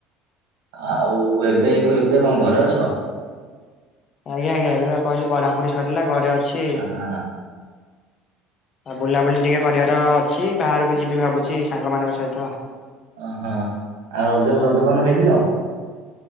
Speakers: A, on the right; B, on the left.
A: ଆଉ ଏବେ ଏବେ କଣ ଘରେ ଅଛ?
B: ଆଜ୍ଞା ଆଜ୍ଞା ଏବେ ପା କହିଲି ପଢାପଢି ସରିଲା ଘରେ ଅଛି।
A: ଆହା
B: ଆଉ ବୁଲାବୁଲି ଟିକେ କରିବାର ଅଛି। ବାହାରକୁ ଯିବି ଭାବୁଛି ସାଙ୍ଗମାନଙ୍କ ସହିତ।
A: ଓହୋ, ଆଉ ରଜରେ ରଜ ପାନ ଖାଇଥିଲ?